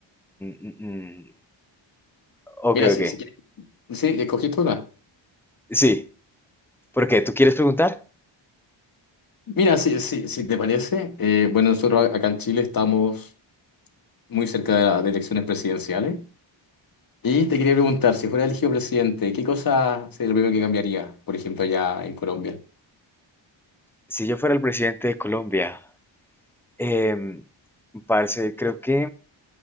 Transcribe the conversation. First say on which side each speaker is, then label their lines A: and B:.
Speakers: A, in the centre; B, on the left.
A: mm, mm.
B: <laughs>
A: ok,
B: Mira, sí,
A: ok.
B: si quieres, sí, escogiste una.
A: Sí. ¿Por qué? ¿Tú quieres preguntar?
B: Mira, si, si, si te parece, eh, bueno, nosotros acá en Chile estamos muy cerca de, la- de elecciones presidenciales y te quería preguntar, si fuera elegido presidente, ¿qué cosa sería lo primero que cambiaría, por ejemplo, allá en Colombia?
A: Si yo fuera el presidente de Colombia, Em, parce, creo que,